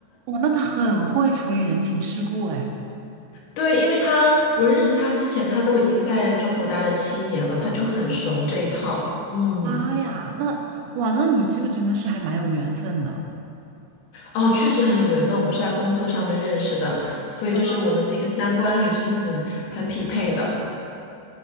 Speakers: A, on the right (about 80°); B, on the left (about 80°).
A: 哇，那他很会处理人情世故，哎。
B: <laughs> 对，因为他我认识他之前，他都已经在中国待了七年了，他就很熟这一套。嗯。
A: 妈呀，那哇，那你这个真的是还蛮有缘分的。
B: 哦，确实很有缘分，我们是在工作上面认识的，所以就是我们的一个三观还是很很匹配的。
A: 啊！